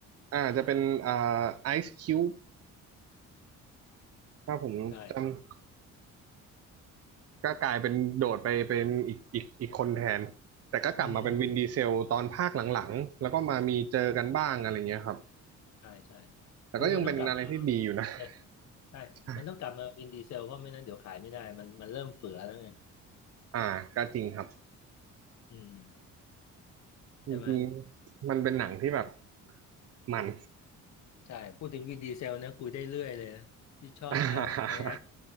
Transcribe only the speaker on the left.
ำใช่
อืมใช่ใช่
คือมันต้องกลับมาเนี่ยใช่มันต้องกลับมาวินดีเซลเพราะไม่นั้นเดี๋ยวขายไม่ได้มันมันเริ่มเฟือแล้วไง
อืม
ใช่ไหม
ใช่พูดถึงวินดีเซลนะคุยได้เรื่อยเลยนะที่ชอบมากในแอค